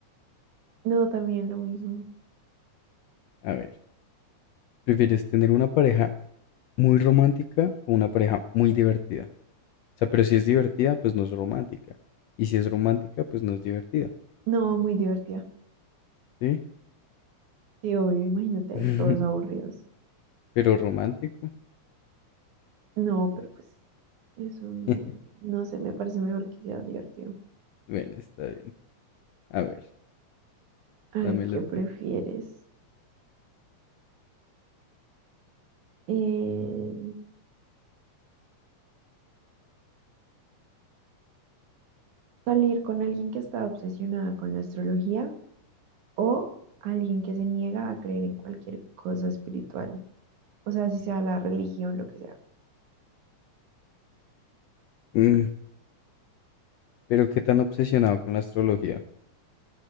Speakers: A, on the right; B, on the left.
A: No, también lo mismo.
B: A ver, ¿prefieres tener una pareja muy romántica o una pareja muy divertida? O sea, pero si es divertida, pues no es romántica. Y si es romántica, pues no es divertida.
A: No, muy divertida.
B: Sí,
A: Sí, obvio, imagínate
B: <laughs>
A: ahí todos aburridos.
B: pero romántico.
A: No, pero pues eso no,
B: <laughs>
A: no sé, me parece mejor que sea divertido.
B: Bueno, está bien. A ver,
A: A
B: dámelo
A: ver, ¿qué
B: tú.
A: prefieres? Eh, ¿salir con alguien que está obsesionada con la astrología o alguien que se niega a creer en cualquier cosa espiritual? O sea, si sea la religión, lo que sea.
B: Mm, pero qué tan obsesionado con la astrología